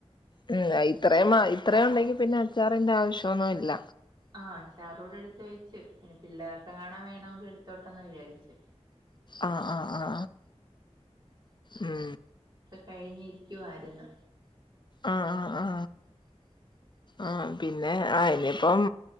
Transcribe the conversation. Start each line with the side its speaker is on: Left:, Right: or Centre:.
Left: ഉം ഇത്രയും ഇത്ര ഉണ്ടെങ്കി പിന്നെ അച്ചാറിന്റെ ആവശ്യന്നും ഇല്ല
Right: ആ അച്ചാറൂടെ എടുത്ത് വെച്ചു പിന്നെ പിള്ളേർക്കെ എങ്ങാനും വേണമെങ്കിൽ എടുത്തോട്ടന്ന് വിചാരിച്ചു
Left: ആ ആ ആ മ്
Right: കഴിഞ്ഞിരിക്കുവമായിരുന്നു
Left: ആ ആ ആ ആ പിന്നെ ആ ഇനിയിപ്പം